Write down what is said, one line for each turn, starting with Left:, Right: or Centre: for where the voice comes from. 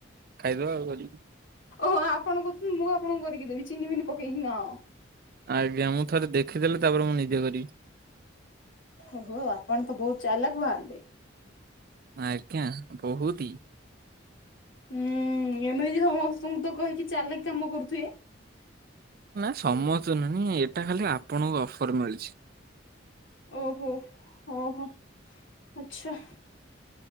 Right: ଖାଇଦବା ଆଉ କରିକି।
Left: ଓହୋ ଆପଣ କହୁଛନ୍ତି ମୁଁ ଆପଣଙ୍କୁ କରିକି ଦେବି ଚିନି ବିିନି ପକେଇକି ନା?
Right: ଆଜ୍ଞା। ମୁଁ ଥରେ ଦେଖିଦେଲେ ତାପରେ ମୁଁ ନିଜେ କରିବି।
Left: ଓହୋ ଆପଣ ତ ବହୁତ ଚାଲାକ ବାହାରିଲେ।
Right: ଆଜ୍ଞା ବହୁତି।
Left: ହୁଁ ଏମିତି ସମସ୍ତଙ୍କୁ ତ କହିକି ଚାଲିକି କାମ କରୁଥିବେ?
Right: ନା ସମସ୍ତେ ନାଇ ଏଇଟା ଖାଲି ଆପଣଙ୍କୁ ଅଫର ମିଳିଛି।
Left: ଓହୋ। ଓହୋ ଆଚ୍ଛା।